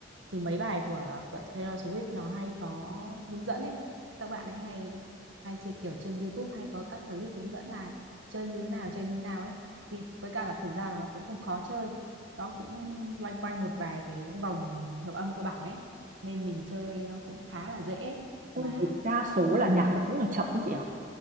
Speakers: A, on the right; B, on the right.
A: thì mấy bài của của Taylor Swift nó hay có hướng dẫn ấy các bạn ấy hay hay chơi kiểu trên YouTube hay có các clip hướng dẫn là chơi như thế nào chơi như thế nào ấy vì với cả là thực ra là nó cũng không khó chơi nó cũng loanh quanh một vài cái vòng hợp âm cơ bản ấy nên mình chơi nó cũng khá là dễ
B: Em
A: mà
B: thì đa số là nhạc nó cũng là chậm ấy chị ạ